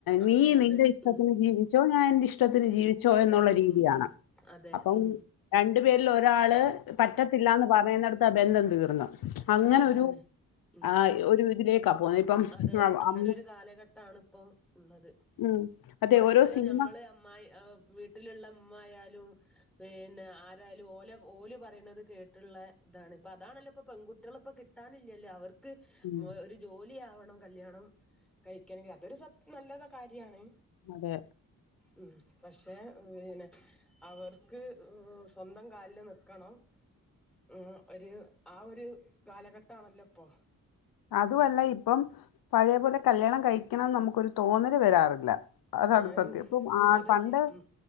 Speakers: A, on the left; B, in the centre.
A: നീ
B: അതെ
A: നിന്റെ
B: അതെ
A: ഇഷ്ടത്തിന്
B: ഉം
A: ജീവിച്ചോ ഞാൻ എന്റെ ഇഷ്ടത്തിന് ജീവി ച്ചോ
B: അതെ
A: എന്നൊള്ള രീതിയാണ്
B: ഉം ഉം അതെ
A: അപ്പം
B: ഉം
A: രണ്ട് പേ രിലൊരാള് പറ്റത്തില്ലാന്ന് പറയുന്നിടത്ത് ആ ബന്ധം തീർന്നു അങ്ങനെ
B: അതെ
A: ഒരു
B: അന്നെ ഉം
A: ആ ഒരു ഇതിലേക്കാ പോന്ന ഇപ്പം
B: അതെ അങ്ങനെ
A: അമ്മ
B: ഒരു കാലഘട്ടാണ് ഇപ്പം ഉള്ളത്
A: ഉം അതെ
B: പണ്ട്
A: ഓരോ സിനിമ
B: ഞമ്മള് അമ്മായി വീട്ട്ല്ള്ളെ മ്മആയാലും പിന്നെ ആരായാലും ഓലെ ഓല് പറയുന്നത് കേട്ട്ള്ളെ ഇതാണ് ഇപ്പൊ അതാണല്ലോ ഇപ്പൊ പെൺകുട്ടികള ഇപ്പോ കി ട്ടാനില്ല്യല്ലോ അവർക്ക്
A: ഉം
B: ഒരു ജോലി ലി ആവണം കല്യാണം കഴിക്കണെങ്കിൽ അതൊരു സത് നല്ലത കാര്യാണ്.
A: അതെ
B: ഉം പക്ഷേ പിന്നെ അവർക്ക് സ്വന്തം കാൽല് നിക്കണം ഉം ഒരു ആ ഒരു കാലഘട്ടാണല്ലോ ഇപ്പൊ
A: അതുവല്ല ഇപ്പം പഴേ പോലെ കല്യാണം കഴിക്കണംന്ന് നമുക്കൊരു തോന്നല് വരാറില്ല അതാണ്
B: ആ
A: സത്യം ഇപ്പം ആഹ്
B: അതില്ല
A: പണ്ട്
B: ഉം